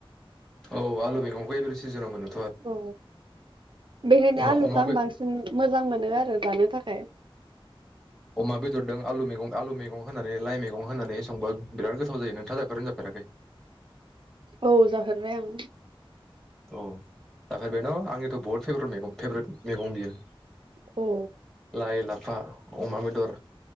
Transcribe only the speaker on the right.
औ बेखायनो
आलुखौ
आं
बांसिन मोजां मोनो आरो जानो थाखाय
औ जाफेरबाय आं
औ